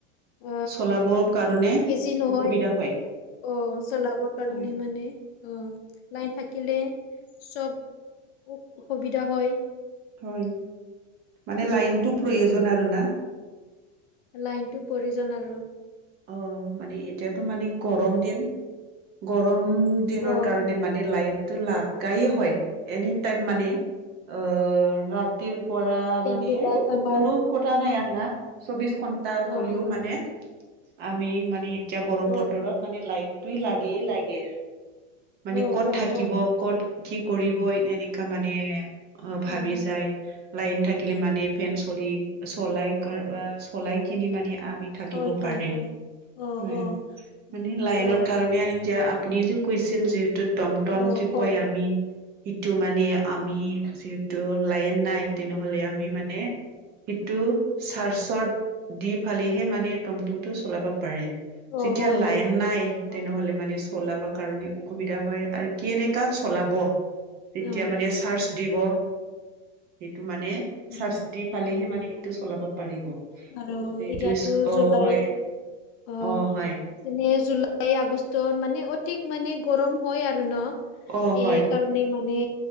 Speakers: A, on the left (about 60°); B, on the right (about 30°).
A: অ
B: চলাবৰ কাৰণে
A: ইজি নহয়
B: ওসুবিধা হয়।
A: অ চলাবৰ কাৰণে
B: হয়
A: মানে অ লাইন থাকিলে চব সুবিধা হয়।
B: হয় মানে লাইনটো প্ৰয়োজন
A: অ',
B: আৰু না।
A: লাইনটো প্ৰয়োজন আৰু।
B: অঁ মানে এতিয়াতো মানে গৰম দিন গৰম দিনৰ
A: অ',
B: কাৰণে মানে লাইনটো লাগাই হয়, এনি টাইম মানে অ ৰাতিৰ পৰা
A: ফেন
B: মানে
A: বিলাক আমাৰ
B: কোনো কথা নাই আৰু না চৌবিশ ঘন্টা
A: অ',
B: কলেও মানে আমি মানে এতিয়া গৰম
A: অ',
B: বতৰত মানে লাইনটোয়ে লাগেই লাগে। মানে
A: অ',
B: কত
A: অ',
B: থাকিব?
A: অ',
B: কত কি কৰিব এনেকা মানে অ
A: উম,
B: ভাবি যায়। লাইন থাকিলে মানে ফেন চলি চলাই কা চলাই কিনি মানে আমি থাকিব
A: হয়, হয়,
B: পাৰে
A: হয়। অ',
B: উম
A: অ',
B: মানে লাইনৰ
A: অ',
B: কাৰণে আৰু এতিয়া আ আপুনি যে কৈছিল যে এইটো টম টম
A: অ',
B: যে
A: হয়,
B: কয় আমি সেইটো মানে আমি যিহেতু লাইন নাই তেনেহলে আমি মানে সেটো চাৰ্চত দি ফালিহে মানে টমটমটো চলাব পাৰে।
A: অ',
B: যেতিয়া
A: হয়,
B: লাইন
A: হয়,
B: নাই
A: অ',
B: তেনেহ'লে মানে চলাবা কাৰনে অসুবিধা হয় আৰু কেনেকা চলাব তেতিয়া
A: অ',
B: মানে চাৰ্জ দিব, সেইটো মানে
A: উম,
B: চাৰ্জ দি পালেহে মানে সেইটো চলাব পাৰিব।
A: আৰু
B: যিটো
A: এতিয়াতো জুলাই
B: অ হয়
A: অহ।
B: অ হয়
A: যেনে জুলাই, আগষ্টত মানে অধিক মানে গৰম হয় আৰু ন সেইকাৰ
B: অ হয়
A: নে মানে